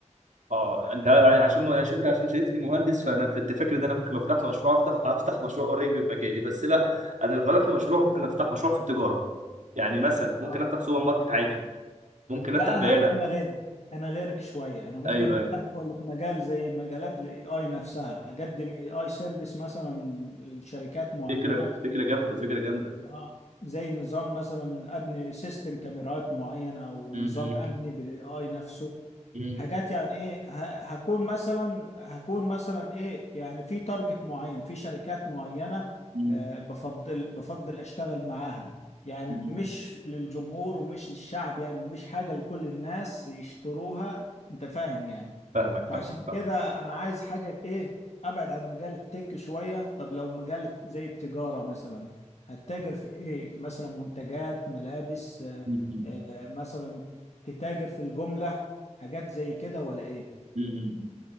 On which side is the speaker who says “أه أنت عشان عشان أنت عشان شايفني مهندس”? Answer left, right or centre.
Right